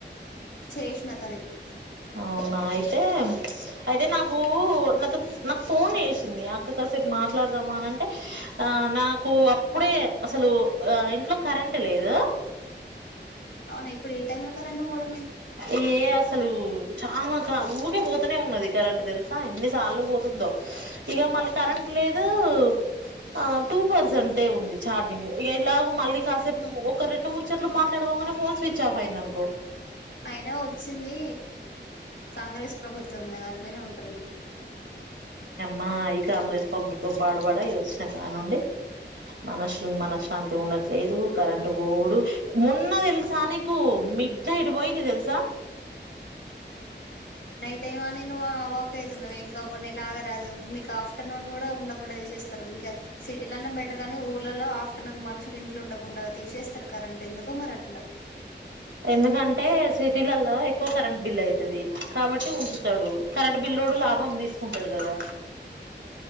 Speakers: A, on the left (about 80°); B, on the right (about 80°).
A: చేసిన తననికి
B: అవునా అయితే అయితే నాకు అతను నాకు ఫోన్ చేసింది అక్క కాసేపు మాట్లాడదామా అని టె ఆ నాకు అప్పుడే అసలు ఆ ఇంట్లో కరెంట్ లేదు
A: అవును ఇప్పుడు ఈ టైమ్ లో కరెంట్ పొడ
B: ఏ ఆస అసలు చాలాకా ఊకే పోతనే ఉన్నది కరెంట్ తెలుసా ఎన్ని సార్లు పోతుందో ఇగ మళ్ళి కరెంట్ లేదు రు ఆ టూ పర్సంటేజ్ ఉంది ఛార్జింగ్ ఇక ఇలాగ మళ్ళీ కాసేపు ఒక రెండు ముచ్చట్లు మాట్లాడుకోగానే ఫోన్ స్విచ్ ఆఫ్ అయింది అనుకో
A: అయినా వచ్చింది కాంగ్రెస్ ప్రభుత్వం కదా అట్లనే ఉంటదిలే
B: మా కాంగ్రెస్ ప్రభుత్వం పాడబడ ఇది వచ్చిన కానుండి మనసు మనశ్శాంతి ఉండట్లేదు కరెంటు పోవుడు మున్న వెల్సా కు మిడ్ నైట్ పోయింది తెలుసా
A: తేవాని వర్క్ అవుతున్నా ఇంకా కొన్ని ఇలా దు మీకు ఆఫ్టర్నూన్ కూడా ఉండకుండా తీసేస్తారు ఇంకా సిటీలనే బెటర్ కానీ ఊర్లలో ఆఫ్టర్నూన్ మనుషులు ఇంట్లో ఉండకుండా తీసేస్తారు కరెంట్ ఎందుకో మరి అట్లా
B: ఎందుకంటే సిటీలలో ఎక్కువ కరెంట్ బిల్ అయితది కాబట్టి ఉంచుతాడు కరెంటు బిల్లోడు లాభం తీసుకుంటాడు కదా